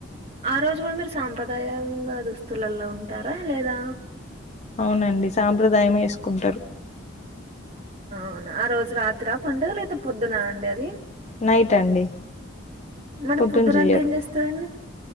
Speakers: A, on the right; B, on the left.
A: ఆ రోజు కూడా మీరు సాంప్రదాయంగా దుస్తులలో ఉంటారా లేదా
B: అవునండి సాంప్రదాయమే ఏసుకుంటారు
A: అవునా ఆ రోజు రాత్రి ఇ పండుగల అయితే పొద్దున అండి అది
B: నైట్ అండి
A: మరి
B: పొద్దున
A: పొద్దునంతా
B: చెయ్యరు
A: ఏం చేస్తారండి